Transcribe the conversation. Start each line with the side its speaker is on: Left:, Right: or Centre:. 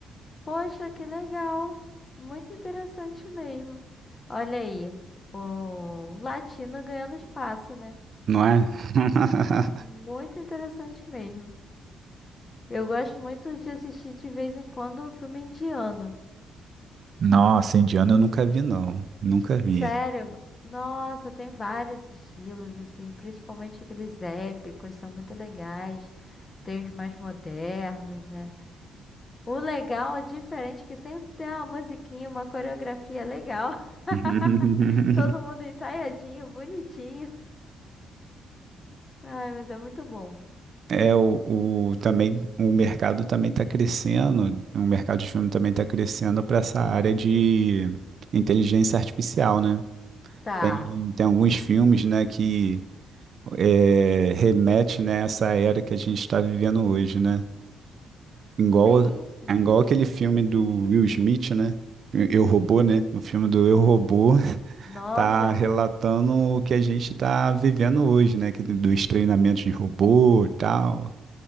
Left: Poxa, que legal. Muito interessante mesmo. Olha aí. o latino ganhando espaço, né?
Right: não é? <laughs>
Left: Muito interessante mesmo. Eu gosto muito de assistir de vez em quando um filme indiano.
Right: Nossa, indiano eu nunca vi, não. Nunca vi.
Left: Sério? Nossa, tem vários estilos, assim, principalmente aqueles épicos, são muito legais. Tem os mais modernos, né? O legal é diferente que sempre tem uma musiquinha, uma coreografia legal.
Right: <laughs>
Left: <laughs> Todo mundo ensaiadinho, bonitinho. Ai, mas é muito bom.
Right: É, o, o- também o mercado também está crescendo, o mercado de filme também está crescendo para essa área de inteligência artificial, né?
Left: Tá.
Right: Tem, tem alguns filmes, né, que é, remete, né, a essa era que a gente está vivendo hoje, né? Igual,
Left: Sim, sim.
Right: igual aquele filme do Will Smith, né? Eu, Robô, né? O filme do Eu, Robô <laughs>
Left: Nossa,
Right: tá
Left: é
Right: relatando
Left: um... fi-
Right: o que a gente está vivendo hoje, né? Que- Dos treinamentos de robô e tal.